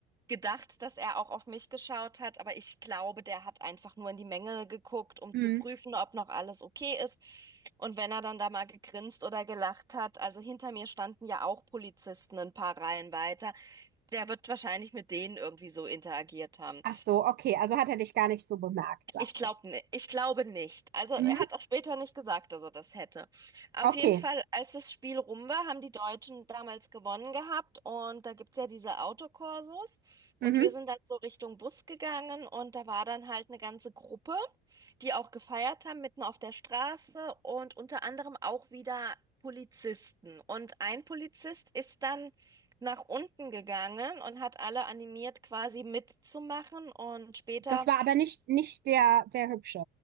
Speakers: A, on the right; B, on the right.
A: gedacht, dass er auch auf mich geschaut hat, aber ich glaube, der hat einfach nur in die Menge geguckt, um
B: Mhm.
A: zu prüfen, ob noch alles okay ist. Und wenn er dann da mal gegrinst oder gelacht hat, also hinter mir standen ja auch Polizisten ein paar Reihen weiter, der wird wahrscheinlich mit denen irgendwie so interagiert haben.
B: Ach so, okay, also hat er dich gar nicht so bemerkt, sagst
A: Ich glaube
B: du.
A: ne, ich glaube nicht. Also er
B: Mhm.
A: hat auch später nicht gesagt, dass er das hätte. Auf
B: Okay.
A: jeden Fall, als das Spiel rum war, haben die Deutschen damals gewonnen gehabt und da gibt's ja diese Autokorsos und
B: Mhm.
A: wir sind dann so Richtung Bus gegangen und da war dann halt eine ganze Gruppe, die auch gefeiert haben, mitten auf der Straße und unter anderem auch wieder Polizisten. Und ein Polizist ist dann nach unten gegangen und hat alle animiert, quasi mitzumachen und später
B: Das war aber nicht, nicht der, der Hübsche